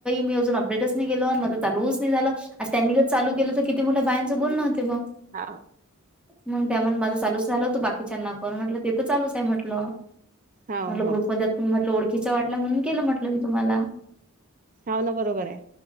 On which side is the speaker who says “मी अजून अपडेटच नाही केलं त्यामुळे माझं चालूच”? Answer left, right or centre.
Centre